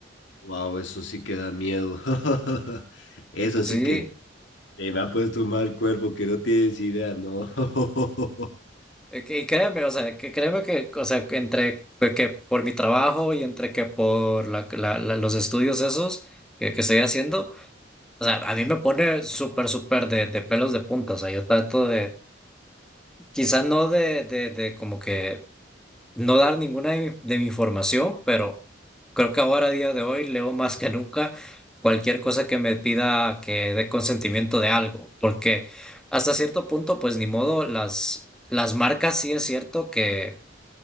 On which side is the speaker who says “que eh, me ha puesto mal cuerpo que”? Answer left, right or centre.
Left